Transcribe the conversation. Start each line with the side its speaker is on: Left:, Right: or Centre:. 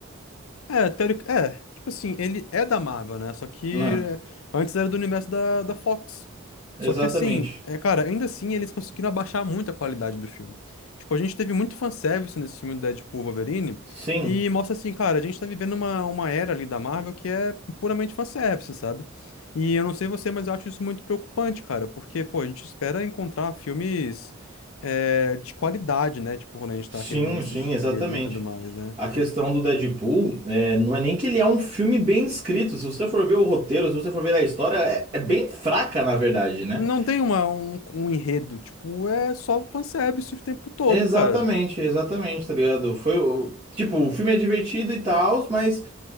Left: É, teoric... é, tipo assim, ele é da Marvel, né? Só que
Right: <laughs> Não,
Left: é, antes era do universo da, da Fox.
Right: exatamente.
Left: Só que assim, é, cara, ainda assim eles conseguiram abaixar muito a qualidade do filme. Tipo, a gente teve muito fanservice nesse filme do Deadpool Wolverine
Right: Sim,
Left: e mostra assim, cara, a gente tá vivendo uma, uma era ali da Marvel que é puramente fanservice, sabe? E eu não sei você, mas eu acho isso muito preocupante, cara, porque, pô, a gente espera encontrar filmes é, de qualidade, né? Tipo, quando a gente
Right: sim,
Left: tá querendo assistir
Right: sim, exatamente.
Left: ali e tudo mais, né?
Right: A questão do Deadpool é, não é nem que ele é um filme bem escrito. Se você for ver o roteiro, se você for ver a história, é, é bem fraca, na verdade, né?
Left: Não tem uma, um, um enredo, tipo, é só fanservice o tempo todo,
Right: Exatamente,
Left: cara.
Right: exatamente, tá ligado? Foi o. Tipo, o filme é divertido e tal, mas